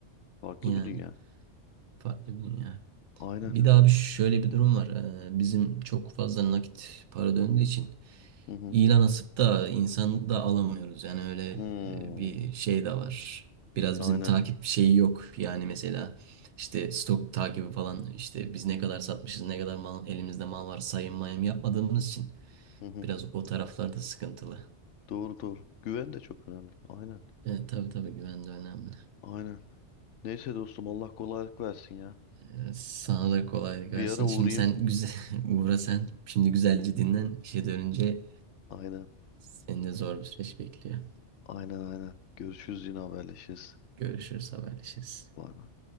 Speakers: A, on the left; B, on the right.
A: Farklı
B: yani
A: bir dünya.
B: farklı bir dünya.
A: Aynen.
B: Bir daha bir şöyle bir durum var. E, bizim çok fazla nakit para döndüğü için
A: Hı hı.
B: ilan asıp da insan da alamıyoruz. Yani öyle
A: Hmm.
B: e, bir şey de var. Biraz
A: Aynen.
B: bizim takip şeyi yok. Yani mesela işte stok takibi falan işte biz ne kadar satmışız ne kadar mal, elimizde mal var sayım mayım yapmadığımız için
A: Hı hı.
B: Biraz o taraflarda sıkıntılı.
A: Doğru doğru. Güven de çok önemli. Aynen.
B: Evet, tabii tabii güven de önemli.
A: Aynen. Neyse dostum Allah kolaylık versin ya.
B: Ee, sana da kolaylık
A: Bir
B: versin.
A: ara uğrayayım.
B: Şimdi sen güzel <laughs> uğra sen. Şimdi güzelce dinlen. İşe dönünce
A: Aynen.
B: seni de zor bir süreç bekliyor.
A: Aynen aynen. Görüşürüz yine haberleşiriz.
B: Görüşürüz, haberleşiriz.
A: Bay bay.